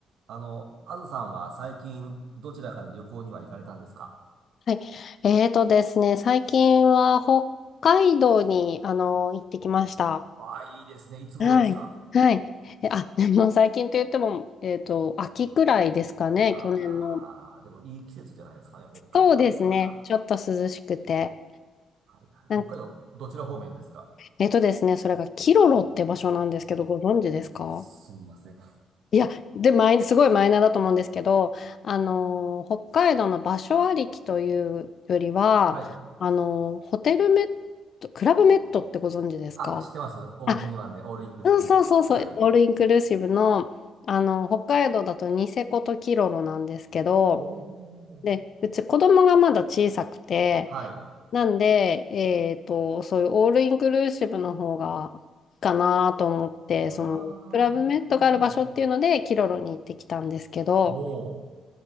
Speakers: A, on the right; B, on the left.
A: あの、あずさんは最近どちらかに旅行には行かれたんですか
B: はい。えーとですね、最近は北海道に、あの、行ってきました。
A: ああ、いいですね。いつ頃ですか
B: はい。はい。えあ、でも最近と言っても、えーと、秋くらいですかね、
A: あ
B: 去年の。
A: らー、でもいい季節じゃないですかね。北海道だったら。
B: そうですね、ちょっと涼しくて。
A: はいはい。
B: なんか、
A: 北海道、どちら方面ですか
B: えーとですね、それがキロロって場所なんですけど、ご存知ですか
A: すみません。
B: いや、で、マイすごいマイナーだと思うんですけど、あのー、北海道の場所ありきというよりは、
A: はい。
B: あのー、ホテルメット、クラブメットってご存知ですか
A: あ、知ってます。オールインワンで、
B: あ、
A: オールインクルーシブの。
B: うん、そうそうそう、
A: はい。
B: オールインクルーシブの、あの、北海道だとニセコとキロロなんですけど、
A: おー。
B: で、うち子供がまだ小さくて、
A: はい。
B: なんで、えっと、そういうオールインクルーシブの方がいいかなと思って、
A: ああ、
B: その、クラブメットがある場所っていうので、
A: はいはい。
B: キロロに行ってきたんですけど、
A: おー。